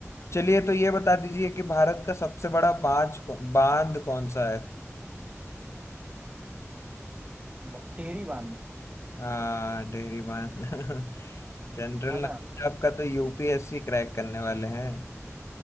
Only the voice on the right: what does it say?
वा- टिहरी बांध
है ना